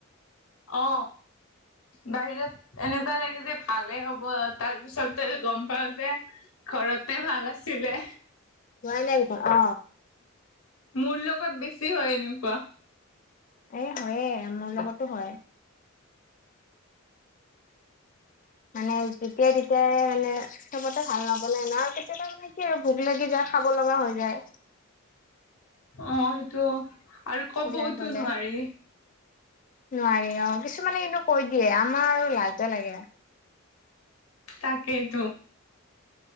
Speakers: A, on the left (about 80°); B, on the left (about 35°).
A: অ বাহিৰত এনেকুৱা লাগে যে ভালে হ'ব তাৰ পিছতে গম পাও যে ঘৰতে ভাল আছিলে।
B: ভয় লাগিব অ
A: মোৰ লগত বেছি হয় এনেকুৱা।
B: এই হয়ে মোৰ লগতো হয়। মানে যেতিয়াই তেতিয়াই তে মানে সবতে ভাল নবনাই ন। কেতিয়াবা মানে কি হয় মানে কি ভোক লাগি যায় খাব লগা হৈ যায়।
A: অ সেইটো। আৰু কবওতো
B: ওলাই গলে।
A: নোৱাৰি
B: নোৱাৰি অ কিছুমানে কিন্তু কৈ দিয়ে আমাৰ আৰু লাজে লাগে।
A: তাকেই টো।